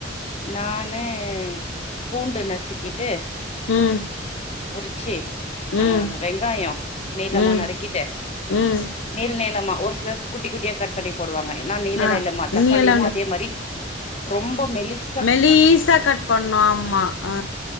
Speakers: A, on the left; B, on the left.
A: நானு பூண்டு நசுக்கிட்டு
B: ம்
A: உரிச்சி
B: ம்
A: ஆ வெங்காயம் நீளமா
B: ம்
A: நறுக் கிட்டு
B: ம்
A: நீள் நீளமா ஒரு சிலர் குட்டிக் குட்டியா கட் ட் பண்ணி போடுவாங்க ஏனா நீள
B: ஆ
A: நீளமா தக்காளியுமு
B: நீள
A: அதே மாரி ரொம்ப மெலிஸ்
B: மெலீசா கட் பண்ணு ஆமா ஆ